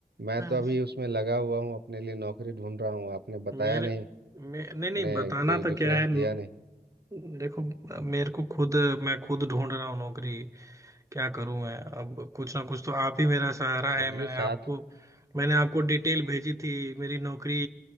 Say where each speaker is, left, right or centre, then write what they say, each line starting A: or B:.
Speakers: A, on the right; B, on the right.
A: मैं
B: हाँ,
A: तो अभी उसमें लगा हुआ हूँ अपने लिए नौकरी ढूंढ रहा हूँ आपने बताया
B: मेरे
A: नहीं
B: मे, नहीं नहीं
A: ने
B: बताना
A: कोई
B: तो
A: डिफरेंस
B: क्या है
A: दिया नहीं
B: देखो मेरे को खुद मैं खुद ढूंढ रहा हूँ नौकरी क्या करूँ मैं अब कुछ ना कुछ तो आप ही मेरा सहारा
A: चलिए
B: है मैंने
A: साथ
B: आपको मैंने आपको डिटेल भेजी थी मेरी नौकरी